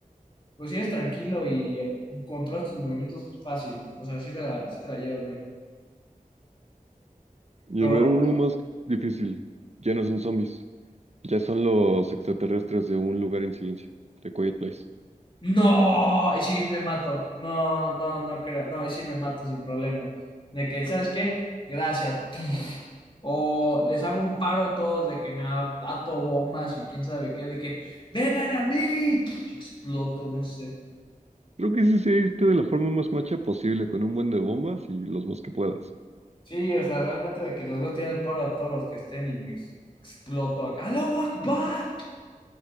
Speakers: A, on the left (about 35°); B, on the right (about 50°).
A: Pues si eres tranquilo y eh, controlas tus movimientos fácil, o sea, sí te la, sí te la llevas bien.
B: Y
A: Pero,
B: a ver, uno más difícil. Ya no son zombies. Ya son los extraterrestres de un lugar en silencio, de Quiet Place.
A: no, y sí me mato, no, no, no creo, no, y sí me mato sin problema. De que, ¿sabes qué? Gracias, O les hago un paro a todos de que me ato bombas y quién sabe qué, de que vengan a mí, exploto, no sé.
B: Creo que sí sí irte de la forma más macha posible, con un buen de bombas y los más que puedas.
A: Sí, o sea, realmente de que les voy a tirar el paro a todos los que estén y me ex- exploto acá. ¡Aló, Akbar!